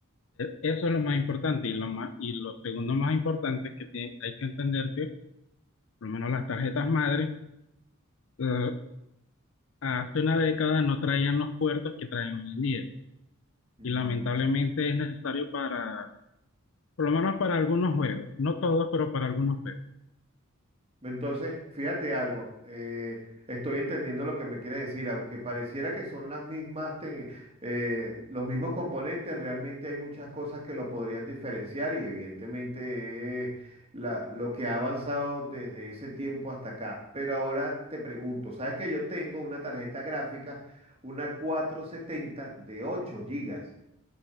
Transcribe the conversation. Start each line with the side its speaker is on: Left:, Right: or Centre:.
Left: Eso es lo más importante y lo más, y lo segundo más importante es que te- hay que entender que por lo menos las tarjetas madre eh, hace una década no traían los puertos que traen hoy en día
Right: Mm,
Left: y lamentablemente es necesario para, por lo menos para algunos juegos, no todos, pero para algunos juegos.
Right: Entonces, fíjate algo, eh, estoy entendiendo lo que me quieres decir, aunque pareciera que son las mismas, te- eh, los mismos componentes, realmente hay muchas cosas que lo podrían diferenciar y evidentemente es la- lo que ha avanzado desde ese tiempo hasta acá. Pero ahora te pregunto, ¿sabes que yo tengo una tarjeta gráfica, una cuatro setenta de 8 gigas